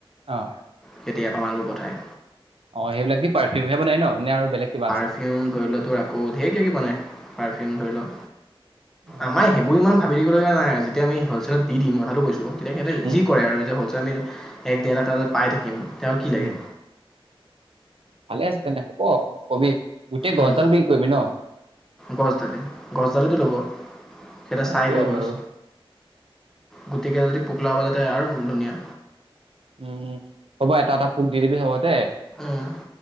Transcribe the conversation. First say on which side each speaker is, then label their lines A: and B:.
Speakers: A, on the right (about 70°); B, in the centre.
A: অ',
B: সিহঁতে ইয়াৰ পৰা মালবোৰ পঠায়
A: অ' সেইবিলাক দি পাৰফিউমহে বনাই ন' নে আৰু বেলেগ কিবা
B: পাৰফিউম
A: আছে?
B: ধৰি ল' তোৰ আকৌ ধেৰ কিবা-কিবি বনাই, পাৰফিউম ধৰি ল'
A: অ।
B: আমাৰ সেইবোৰ ইমান ভাবি থাকিব লগীয়া নাই আজি এতিয়া আমি হ'লচেলত দি দিম কথাতো কৈছো তেতিয়া সিহতে
A: উম
B: যি কৰে আৰু যে হ'লচে ত' আমি এক-ডেৰটা বজাত পাই থাকিম তেওঁ কি লাগে?
A: উম ভালে আছে তেন্তে হ'ব কবি গোটেই গছডাল
B: উম,
A: বিক্ৰী কৰিবি ন?
B: গছডালি গছডালিটো ল'ব সিঁহতে
A: অ
B: চাই
A: সেইটোও
B: লয়
A: হয়
B: গছ
A: বাৰু
B: গোটেই কেইটাত যদি পোক ওলাব যাতে আৰু ধুনীয়া।
A: উম হ'ব এটা এটা পোক দি দিবি চবতে
B: উম